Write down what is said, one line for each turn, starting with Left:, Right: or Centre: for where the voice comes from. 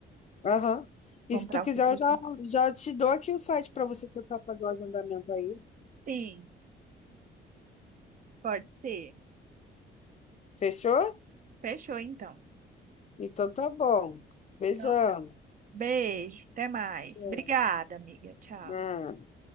Left: Aham.
Right: comprar
Left: E se tu quiser,
Right: o que precisa.
Left: eu já, já te dou aqui o site pra você tentar fazer o agendamento aí.
Right: Sim, pode ser.
Left: Fechou?
Right: Fechou, então.
Left: Então tá bom. Beijão.
Right: Então, Beijo, até mais.
Left: Tchau.
Right: Obrigada, amiga. Tchau.
Left: Ah.